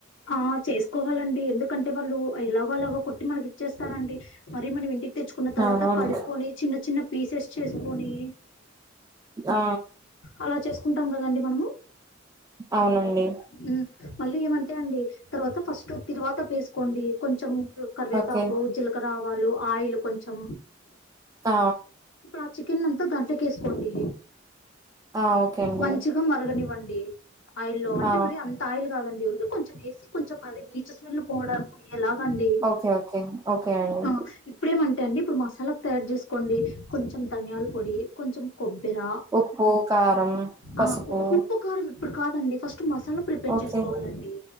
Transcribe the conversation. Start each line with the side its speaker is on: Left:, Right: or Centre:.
Left: ఆ చేసుకోవాలండి ఎందుకంటే వాళ్ళు ఎలాగో అలాగా కొట్టి మనకి ఇచ్చేస్తారండి మరి మనం ఇంటికి తెచ్చుకున్న తర్వాత
Right: అవునవును
Left: కడుక్కోని చిన్న చిన్న పీసెస్ చేసుకొని
Right: ఆ
Left: అలా చేసుకుంటాం కదండి మనము
Right: అవునండి
Left: ఉమ్ మళ్ళీ ఏమంటే అండి తర్వాత ఫస్ట్ తిరువాత వేసుకోండి కొంచెం కరివేపాకు
Right: ఓకే
Left: జీలకరావాలు ఆయిల్ కొంచెం
Right: ఆ
Left: ఇప్పుడు ఆ చికెన్నంతా దాంట్లోకి ఏస్కోండి
Right: ఆ ఓకే అండి
Left: మంచిగ్ గ మరగనివ్వండి ఆయిల్లో అంటే
Right: ఆ
Left: మరి అంత తాయిలు కాదండి ఊరికే కొంచెం ఏసి కొంచెం అదే నీచు స్మేల్లు పోవడానికి పొయ్యేలాగండి
Right: ఓకే ఓకే ఓకే అండి
Left: ఆ ఇప్పుడేమంటే అండి ఇప్పుడు మసాలాకు తయారు చేసుకోండి కొంచెం ధనియాల పొడి కొంచెం కొబ్బెర
Right: ఉప్పు కారం పసుపు
Left: ఆ ఉ- ఉప్పు కారం ఇప్పుడు కాదండి ఫస్ట్ మసాలా ప్రిపేర్
Right: ఓకే
Left: చేసుకోవాలండి